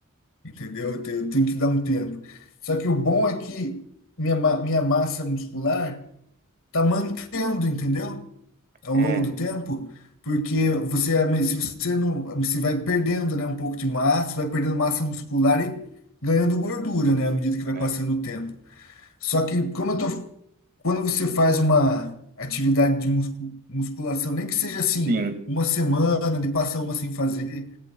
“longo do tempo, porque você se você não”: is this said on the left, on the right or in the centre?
Left